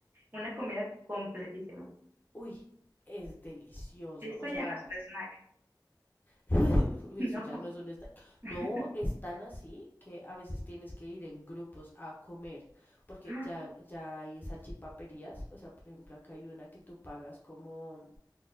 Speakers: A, on the right; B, on the left.
A: una comida completísima.
B: Uy, es delicioso,
A: Eso
B: o
A: ya
B: sea,
A: no es un snack,
B: <laughs>
A: <laughs>
B: Eso
A: no.
B: ya no es un snack.
A: <gasps>
B: No, es tan así que a veces tienes que ir en grupos a comer, porque
A: <laughs>
B: ya, ya hay salchipaperías, o sea, por ejemplo, acá hay una que tú pagas como,